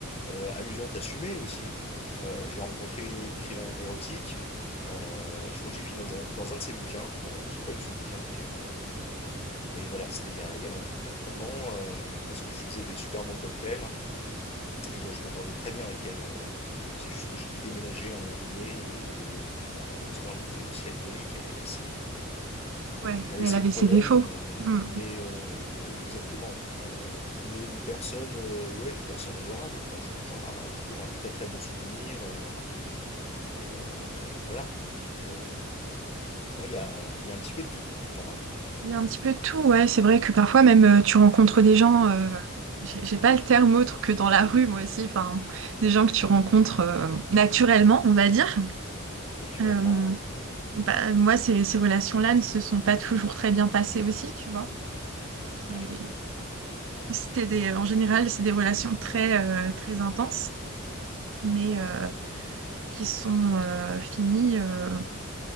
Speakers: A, on the left; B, on the right.
A: euh, amusante assumée aussi Euh, j'ai rencontré une écrivain érotique Euh, je crois que j'ai fini dans un, dans un de ses bouquins. Euh, j'ai pas lu son bouquin, mais, euh, mais voilà, c'était il y a, il y a longtemps euh, parce que je lui faisais des super bons cocktails et euh, je m'entendais très bien avec elle. euh, C'est juste que j'ai dû déménager à un moment donné et, puis bon malheureusement elle était aussi alcoolique, elle avait ses,
B: Ouais,
A: elle avait
B: mais
A: ses
B: elle avait
A: problèmes,
B: ses défauts.
A: euh,
B: Hmm.
A: mais euh, exactement. Euh, mais une personne, euh, ouais, une personne adorable. Enfin, je- j'en garderai toujours un très très bon souvenir euh, et, euh, et voilà. Donc euh, non, il y a, il y a un petit peu de tout, voilà.
B: Il y a un petit peu de tout, ouais. C'est vrai que parfois même euh, tu rencontres
A: Mm.
B: des gens, euh, j'ai j'ai pas le terme autre que dans la rue, moi aussi, enfin, des gens que tu rencontres euh, naturellement, on va dire.
A: Naturellement,
B: Euh,
A: ouais,
B: Bah, moi, ces, ces relations-là ne se sont pas toujours très bien passées aussi, tu vois. C'est-
A: ouais,
B: C'était des, en général, c'est des relations très, euh, très intenses, mais euh, qui sont euh, finies, euh,